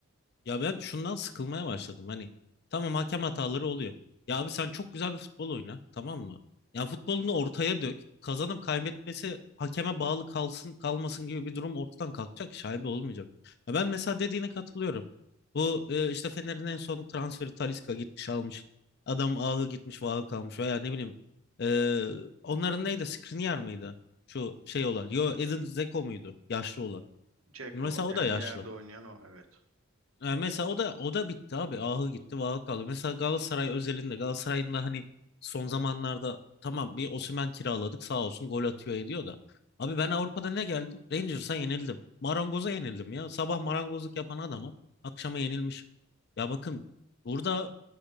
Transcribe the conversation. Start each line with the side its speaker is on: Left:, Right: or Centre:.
Left: Ya ben şundan sıkılmaya başladım. Hani tamam hakem hataları oluyor. Ya abi sen çok güzel bir futbol oyna, tamam mı? Ya futbolunu ortaya dök. Kazanıp kaybetmesi hakeme bağlı kalsın, kalmasın gibi bir durum ortadan kalkacak, şaibe olmayacak. Ya ben mesela dediğine katılıyorum. Bu e, işte Fener'in en son transferi Talisca gitmiş almış. Adam ahı gitmiş, vahı kalmış veya ne bileyim. e, onların neydi? Skriniar mıydı? Şu şey olan. Yo, Edin Dzeko muydu? Yaşlı olan.
Right: Ceko
Left: Mesela
Right: var.
Left: o
Right: Yani
Left: da yaşlı.
Right: ileride oynayan o evet.
Left: E, mesela o da o da bitti abi. Ahı gitti, vahı kaldı. Mesela Galatasaray özelinde Galatasaray'ın da hani son zamanlarda tamam bir Osimhen kiraladık sağ olsun gol atıyor ediyor da. Abi ben Avrupa'da ne geldim? Rangers'a yenildim. Marangoz'a yenildim ya. Sabah marangozluk yapan adama akşama yenilmişim. Ya bakın burada